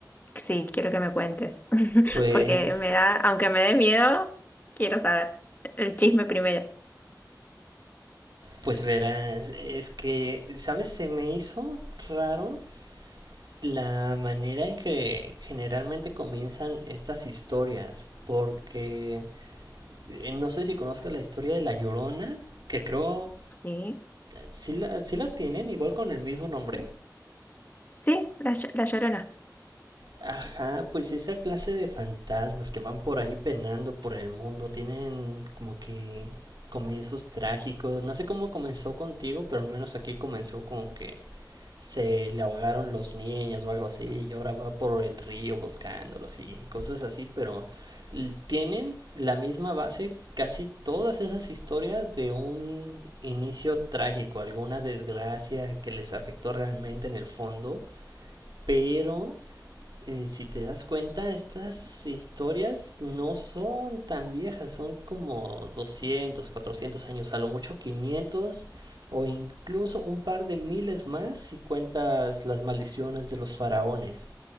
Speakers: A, on the left (about 25°); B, on the right (about 80°).
A: sí, quiero que me cuentes, <laughs>
B: Pues,
A: porque me da, aunque me dé miedo, quiero saber el chisme primero.
B: pues verás, es que, ¿sabes? Se me hizo raro la manera en que generalmente comienzan estas historias, porque eh, no sé si conozcas la historia de La Llorona, que creo
A: Sí,
B: sí la, sí la tienen, igual con el mismo nombre.
A: sí, la, Llo- la Llorona.
B: Ajá, pues esa clase de fantasmas que van por ahí penando por el mundo, tienen como que comienzos trágicos. No sé cómo comenzó contigo, pero al menos aquí comenzó como que se le ahogaron los niños o algo así y ahora va por el río buscándolos y cosas así, pero tienen la misma base casi todas esas historias de un inicio trágico, alguna desgracia que les afectó realmente en el fondo, pero eh, si te das cuenta, estas historias no son tan viejas, son como 200, 400 años, a lo mucho 500 o incluso un par de miles más si cuentas las maldiciones de los faraones.